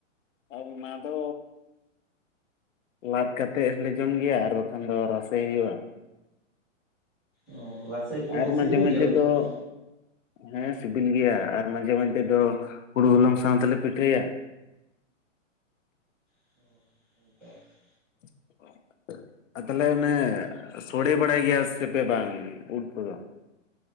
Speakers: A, on the left (about 75°); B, in the centre.
A: ᱟᱨ ᱚᱱᱟ ᱫᱚ ᱞᱟᱫ ᱠᱟᱛᱮᱫ ᱦᱚᱸ ᱞᱮ ᱡᱚᱢ ᱜᱮᱭᱟ ᱟᱨ ᱵᱟᱠᱷᱟᱱ ᱫᱚ ᱨᱟᱥᱮ ᱦᱳᱭᱳᱜ-ᱟ᱾
B: ᱚ ᱨᱟᱥᱮ ᱠᱚ
A: ᱟᱨ
B: ᱥᱤᱵᱤᱞ
A: ᱢᱟᱡᱷᱮ ᱢᱚᱫᱽᱫᱷᱮ
B: ᱜᱮᱭᱟ ᱩᱫ
A: ᱫᱚ
B: ᱠᱚ᱾
A: ᱦᱮᱸ ᱥᱤᱵᱤᱞ ᱜᱮᱭᱟ ᱟᱨ ᱢᱟᱡᱷᱮ ᱢᱟᱡᱷᱮ ᱫᱚ, ᱦᱩᱲᱩ ᱦᱚᱞᱚᱝ ᱥᱟᱶ ᱛᱮᱞᱮ ᱯᱤᱴᱷᱟᱹᱭᱟ᱾
B: <unintelligible>
A: <unintelligible> ᱟᱨ ᱛᱟᱦᱚᱸᱞᱮ ᱚᱱᱮ ᱥᱳᱲᱮ ᱵᱟᱲᱟᱭ ᱜᱮᱭᱟ ᱥᱮ ᱯᱮ ᱵᱟᱝ ᱩᱫ ᱠᱚᱫᱚ᱾